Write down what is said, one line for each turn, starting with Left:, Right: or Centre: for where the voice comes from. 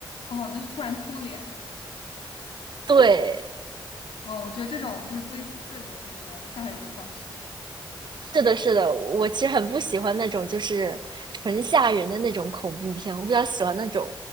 Left: 哦，就是突然突脸，
Right: 对，
Left: 哦，我觉得这种是最最恶心的、吓人的方式。
Right: 是的，是的，我其实很不喜欢那种就是纯吓人的那种恐怖片，我比较喜欢那种